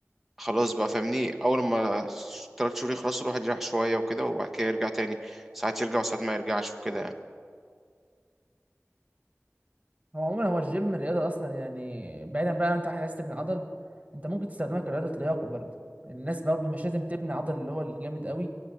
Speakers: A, in the centre; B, on the right (about 30°).
A: خلاص بقى فاهمني اول ما تلات شهور يخلصوا الواحد يريح شويه وكده وبعد كده يرجع تاني ساعات يرجع وساعات ما يرجعش وكده يعني
B: هو عموما هو الجيم الرياضه اصلا يعني بعيدا بقى انت واحد عايز تبني عضل انت ممكن تستخدمها كرياضه لياقه برضه الناس برضه مش لازم تبني عضل اللي هو الجامد قوي